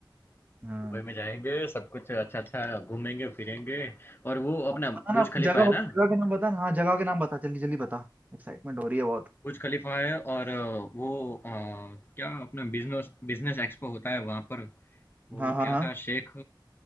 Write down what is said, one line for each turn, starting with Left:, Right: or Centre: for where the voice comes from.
Right: हाँ
Left: दुबई में जाएंगे सब कुछ अच्छा अच्छा घूमेंगे फिरेंगे और वो
Right: आपको
Left: अपना
Right: पता
Left: बुर्ज
Right: ना आपको
Left: खलीफा
Right: जगह
Left: है
Right: बता-
Left: ना
Right: जगह के नाम बता ना हाँ जगह के नाम बता जल्दी जल्दी बता एक्साइटमेंट हो रही है बहुत
Left: बुर्ज खलीफा है और अ, वो अ, क्या अपना बिजनेस बिजनेस एक्सपो होता है वहां पर वो
Right: हाँ हाँ
Left: क्या
Right: हाँ
Left: था शेख